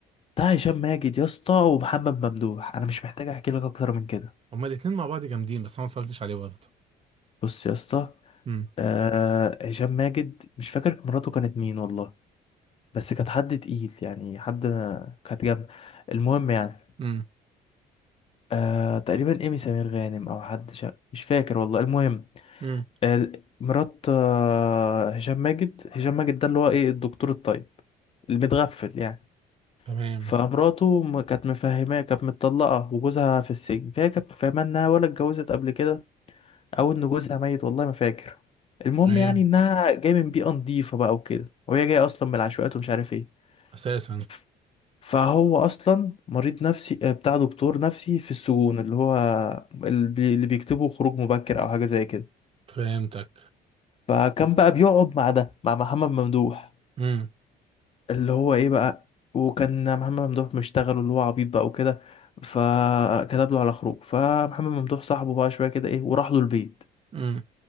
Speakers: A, on the left; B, on the right.
A: ده هشام ماجد يا اسطى ومحمد ممدوح انا مش محتاج احكي لك اكتر من كده
B: هما الاتنين مع بعض جامدين بس أنا ما اتفرجتش عليه برضه
A: بص يا اسطى
B: امم
A: آه، هشام ماجد مش فاكر مراته كانت مين والله بس كانت حد تقيل يعني حد كانت جنب المهم يعني
B: امم
A: آه، تقريبا ايمي سمير غانم او حد شا... مش فاكر والله المهم
B: امم
A: ال- مرات آه، هشام ماجد هشام ماجد ده اللي هو ايه الدكتور الطيب المتغفل يعني
B: تمام
A: فمراته م- كانت مفهماه كانت متطلقة وجوزها في السجن فهي كانت مفهماه انها ولا اتجوزت قبل كده او ان جوزها ميت والله ما فاكر المهم
B: تمام
A: يعني انها جاية من بيئة نضيفة بقى وكده وهي جاية اصلا من العشوائيات ومش عارف ايه
B: اساسا
A: ف- فهو اصلا مريض نفسي آه، بتاع دكتور نفسي في السجون اللي هو اللي بي- اللي بيكتبوا خروج مبكر او حاجة زي كده
B: فهمتك
A: فكان بقى بيقعد مع ده مع محمد ممدوح
B: امم
A: اللي هو ايه بقى وكان محمد ممدوح مشتغل اللي هو عبيط بقى وكده فكتب له على خروج فمحمد ممدوح صاحبه بقى شويه كده ايه وراح له البيت
B: امم